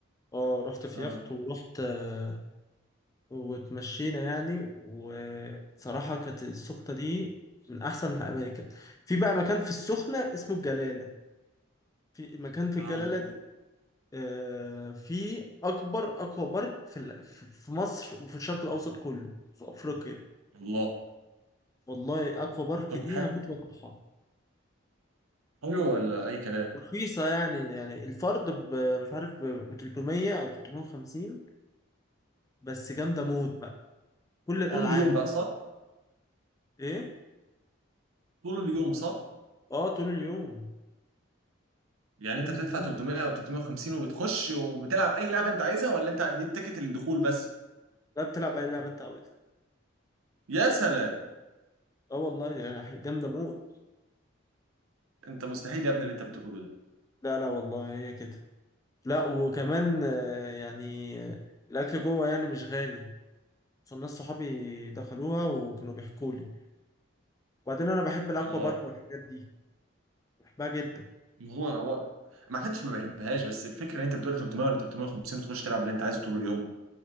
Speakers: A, on the left; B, on the right.
A: اه رحت في
B: اه
A: يخت ورحت آه، واتمشينا يعني وصراحة كانت السخنة دي من أحسن الأماكن في بقى مكان في السخنة اسمه الجلالة في مكان في
B: اه
A: الجلالة دي آه، في اكبر اكوا بارك في ال- في في مصر وفي الشرق الاوسط كله في افريقيا
B: الله
A: والله اكوا بارك
B: طب
A: دي
B: حلو
A: هموت واروحها
B: حلو ولا أي كلام؟
A: رخيصه يعني يعني الفرد ب- مش عارف ب ب 300 او 350 بس جامده موت بقى كل الالعاب
B: طول اليوم بقى صح؟
A: ايه
B: طول اليوم صح؟
A: اه طول اليوم
B: يعني
A: طول
B: أنت بتدفع
A: اليوم
B: 300 أو 350 وبتخش وبتلعب أي لعبة أنت عايزها ولا أنت دي تيكت الدخول بس؟
A: لا بتلعب اي لعبه انت عاوزها
B: يا سلام
A: اه والله يعني جامده موت
B: أنت مستحيل يا ابني اللي أنت بتقوله ده
A: لا لا والله هي كده لا وكمان آه، يعني آه، الاكل جوه يعني مش غالي فالناس صحابي دخلوها وكانوا بيحكوا لي وبعدين انا بحب الاكوا
B: والله
A: بارك والحاجات دي بحبها جدا
B: ما هو هو ما حدش ما بيحبهاش بس الفكره ان انت بتقول 300 ولا 350 وتخش تلعب اللي انت عايزه طول اليوم